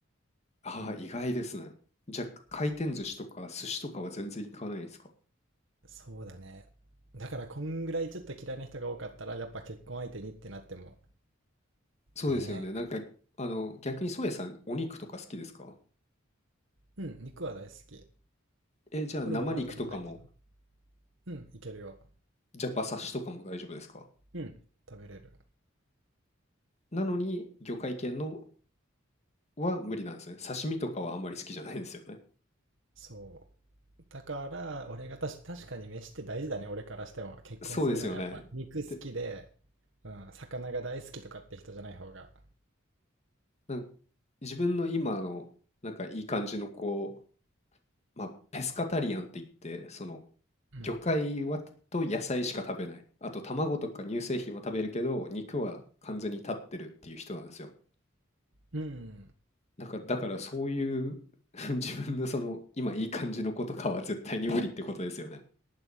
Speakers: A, on the left; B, on the right.
A: ああ、意外ですね。じゃあ回転寿司とか寿司とかは全然行かないんですか
B: そそうだね。だからこんぐらいちょっと嫌いな人が多かったら、やっぱ結婚相手にってなっても、
A: そうですよね。
B: ね
A: なんか、あの、逆にソエさん、お肉とか好きですか
B: え。うん、肉は大好き。
A: え、じゃあ生肉とかも、
B: ホルモンは食べれないけど。うん、いけるよ。
A: じゃあ馬刺しとかも大丈夫ですか
B: うん。食べれる。
A: なのに、魚介系のは無理なんですね。刺身とかはあんまり好きじゃないんですよね。
B: そう。だから、俺がたし、確かに飯って大事だね、俺からしても。結婚するならやっぱ肉好きで、
A: そうですよね。で、
B: うん、魚が大好きとかって人じゃない方が。
A: なんか自分の今の、なんかいい感じのこう、まあ、ペスカタリアンって言って、その、
B: うん。
A: 魚介はと野菜しか食べない。あと、卵とか乳製品は食べるけど、肉は完全に立ってるっていう人なんですよ。
B: うん。
A: なんか、だからそういう <laughs> 自分のその、今いい感じの子とかは絶対に無理ってことですよね。